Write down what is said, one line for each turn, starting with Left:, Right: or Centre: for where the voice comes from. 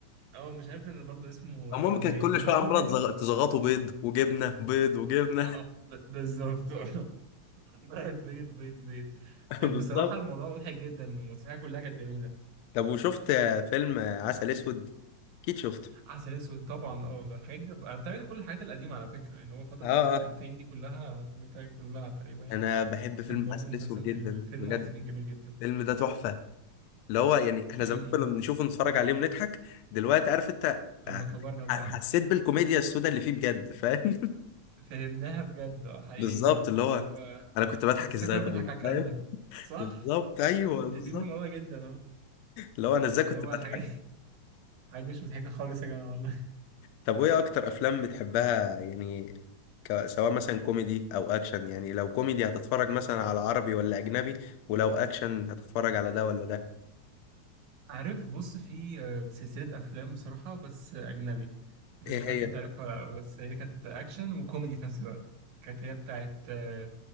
Right: اه مش عارف ان برضه اسمه
Left: المهم
Right: راح مندري
Left: كانت
Right: اللي
Left: كل
Right: كان
Left: شويه
Right: مشهور
Left: عماله
Right: جدا
Left: تزغ... تزغطوا بيض وجبنه بيض وجبنه
Right: اه ب... بالظبط <laughs> بيض بيض بيض بيض
Left: <laughs>
Right: كان
Left: بالظبط
Right: بصراحة الموضوع مضحك جدا والمسرحية كلها كانت جميلة
Left: طب وشفت فيلم عسل اسود اكيد شفته
Right: عسل أسود طبعا اه الحاجات دي بتبقى- أنا بتابعت كل الحاجات القديمة على فكرة يعني هو فترة
Left: اه
Right: بتاعت الألفين
Left: اه
Right: دي كلها تابعتها كلها تقريبا يعني
Left: انا بحب فيلم
Right: كان برضو
Left: عسل
Right: مسلسل
Left: اسود جدا
Right: الفيلم
Left: بجد
Right: قصدي كان جميل جدا
Left: الفيلم ده تحفه اللي هو يعني احنا
Right: حقيقي
Left: زمان كنا بنشوفه نتفرج عليه ونضحك دلوقتي عارف انت
Right: لما
Left: آه،
Right: كبرنا بقى
Left: حسيت بالكوميديا السوداء اللي فيه بجد فاهم
Right: <laughs> فهمناها بجد
Left: <laughs>
Right: اه حقيقي
Left: بالظبط اللي هو
Right: اللي هو
Left: انا كنت بضحك
Right: بس
Left: ازاي
Right: كنا
Left: طيب
Right: بنضحك على الكلام ده صح
Left: بالظبط ايوه
Right: متفقين
Left: بالظبط
Right: في الموضوع جدا اه
Left: اللي هو انا ازاي
Right: اللي
Left: كنت
Right: هو
Left: بضحك
Right: الحاجات <laughs> الحاجات دي مش مضحكة خالص يا جماعة والله
Left: طب
Right: <laughs>
Left: وايه اكتر افلام بتحبها يعني ك... سواء مثلا كوميدي او اكشن يعني لو كوميدي هتتفرج مثلا على عربي ولا اجنبي ولو اكشن هتتفرج على ده ولا ده
Right: عارف بص في آه، سلسلة أفلام بصراحة بس آه، أجنبي مش
Left: ايه
Right: عارف
Left: هي
Right: أنت عارفها ولا لأ، بس هي كانت أكشن وكوميدي في نفس الوقت كانت هي بتاعت آه،